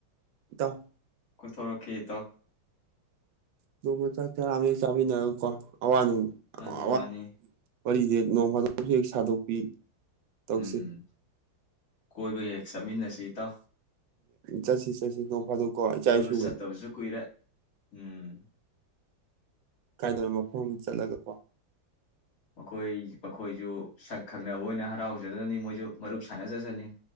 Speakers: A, on the right; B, on the left.
A: ꯏꯇꯥꯎ
B: ꯀꯣꯏꯊꯣꯔꯛꯀꯦ ꯏꯇꯥꯎ
A: ꯅꯣꯡꯃ ꯆꯥꯛ ꯆꯔꯥ ꯑꯃ ꯆꯥꯃꯤꯅꯔꯥ ꯀꯣ ꯑꯋꯥ ꯅꯨꯡ
B: ꯃꯥꯅꯤ
A: ꯑꯋꯥ
B: ꯃꯥꯅꯤ
A: ꯋꯥꯔꯤꯁꯦ ꯅꯣꯡꯐꯥꯗꯣꯛꯁꯨ ꯍꯦꯛ ꯁꯥꯗꯣꯛꯄꯤ ꯇꯧꯁꯤ
B: ꯎꯝ ꯀꯣꯏꯕ ꯍꯦꯛ ꯆꯠꯃꯤꯟꯅꯁꯤ ꯏꯇꯥꯎ
A: ꯆꯠꯁꯤ ꯆꯠꯁꯤ ꯅꯣꯡ ꯐꯥꯗꯣꯛꯀꯣ ꯏꯆꯥ
B: ꯀꯣꯏꯕ
A: ꯏꯁꯨꯒ
B: ꯆꯠꯇꯕꯁꯨ ꯀꯨꯏꯔꯦ ꯎꯝ
A: ꯀꯥꯏꯗꯅꯣ ꯃꯐꯝ ꯑꯃ ꯆꯠꯂꯒꯀꯣ
B: ꯃꯈꯣꯏ ꯃꯈꯣꯏꯁꯨ ꯁꯛ ꯈꯪꯅꯕ ꯑꯣꯏꯅ ꯍꯔꯥꯎꯖꯗꯅꯤ ꯃꯣꯏꯁꯨ ꯃꯔꯨꯞ ꯁꯥꯟꯅꯖꯁꯅꯤ